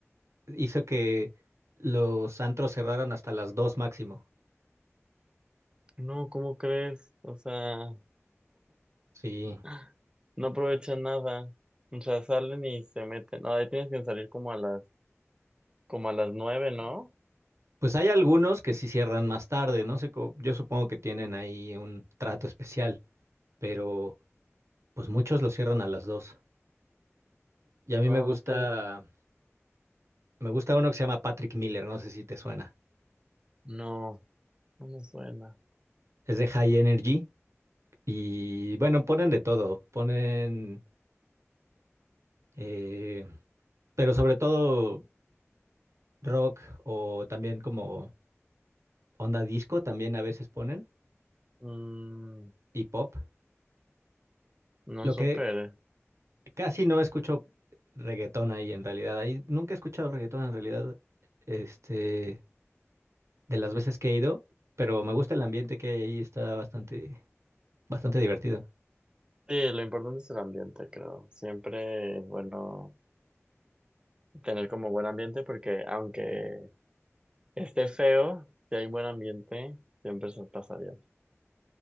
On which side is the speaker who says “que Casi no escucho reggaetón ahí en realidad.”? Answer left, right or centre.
Right